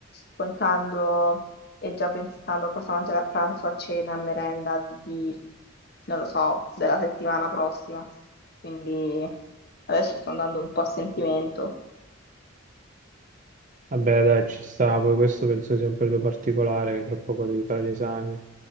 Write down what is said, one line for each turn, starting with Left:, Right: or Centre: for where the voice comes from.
Left: contando e già pensando a cosa mangiare a pranzo, a cena, a merenda di, non lo so, della settimana prossima. Quindi adesso sto andando un po' a sentimento.
Right: Vabbè, dai, ci sta. Poi questo penso sia un periodo particolare, che tra poco devi fare gli esami.